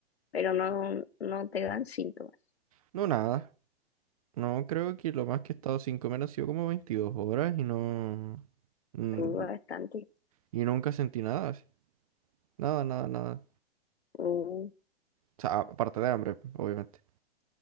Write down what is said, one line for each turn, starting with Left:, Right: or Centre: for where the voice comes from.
Left: Pero no, no te dan síntomas.
Right: No, nada. No, creo que lo más que he estado sin comer ha sido como 22 horas y no... mm,
Left: Me duda bastante.
Right: Y nunca sentí nada, así. Nada, nada, nada.
Left: Mm,
Right: O sea, aparte de hambre, obviamente.